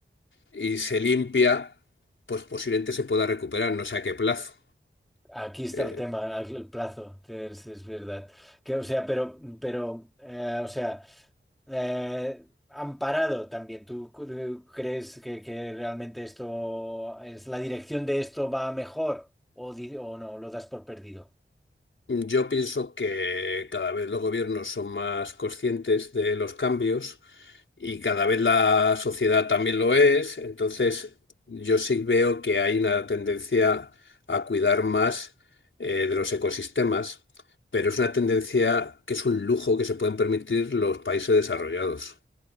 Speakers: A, on the left; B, in the centre.
A: y se limpia, pues posiblemente se pueda recuperar, no sé a qué plazo.
B: Aquí está
A: Eh,
B: el tema, el plazo, es, es verdad. Que, o sea, pero, pero eh, o sea, eh, han parado también. ¿Tú cre- crees que, que realmente esto es la dirección de esto va a mejor o, di- o no? Lo das por perdido
A: yo pienso que cada vez los gobiernos son más conscientes de los cambios y cada vez la sociedad también lo es. Entonces, yo sí veo que hay una tendencia a cuidar más eh, de los ecosistemas, pero es una tendencia que es un lujo que se pueden permitir los países desarrollados.